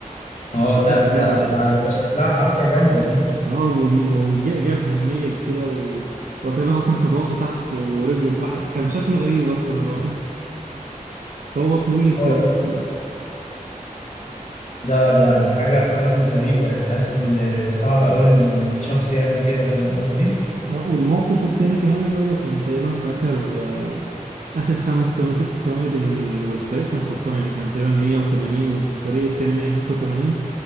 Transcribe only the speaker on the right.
فدي
كانت
جامدة
الحقيقة
اه وم- وجابها بميل كده و... وتقريبا اصلا كان راسه تحت ورجله في واحد كان شكله غريب اصلا الراجل هو <laughs> طويل
كمان ف
آه، والموقف التاني كمان اللي هو كان تقريبا في اخر آه، اخر خمس ثواني ست ثواني بين ال... والفريق كان خسران يعني كان تقريبا 180 والفريق التاني 185